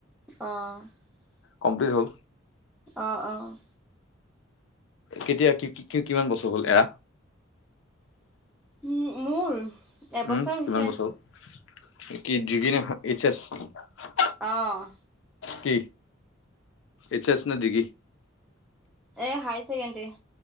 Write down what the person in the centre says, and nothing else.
অহ ',
অ', অ',
উম, মোৰ এবছৰ
হৈছে।
অহ',
এ হাই ছেকেণ্ডেৰী।